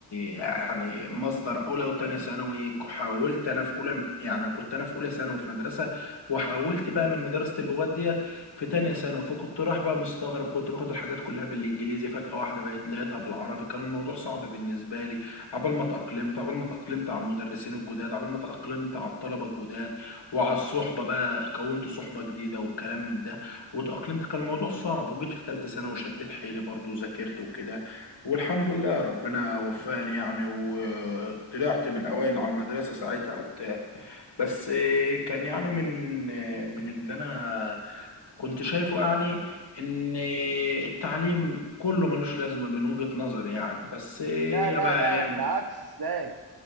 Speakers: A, on the left; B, on the right.
A: يعني مصدر أولى وتانية ثانوي حاولت أنا في أولى يعني كنت أنا في أولى ثانوي في مدرسة وحاولت بقى من مدرسة اللغات ديت في تانية ثانوي فكنت رايح بقى مستغرب كنت باخد الحاجات كلها بالإنجليزي فجأة واحدة بقيت لقيتها بالعربي كان الموضوع صعب بالنسبة لي عبال ما اتأقلمت عبال ما اتأقلمت على المدرسين الجداد عبال ما اتأقلمت على الطلبة الجداد وعلى الصحبة بقى كونت صحبة جديدة والكلام من ده واتأقلمت كان الموضوع صعب وجيت في تالتة ثانوي وشديت حيلي برضو وذاكرت وكده والحمد لله ربنا وفاني يعني وطلعت من الأوائل على المدرسة ساعتها وبتاع بس كان يعني من من اللي أنا كنت شايفه يعني إن التعليم كله ملوش لازمة من وجهة نظري يعني بس يا
B: لا لا
A: بقى
B: لا
A: يا
B: بالعكس ازاي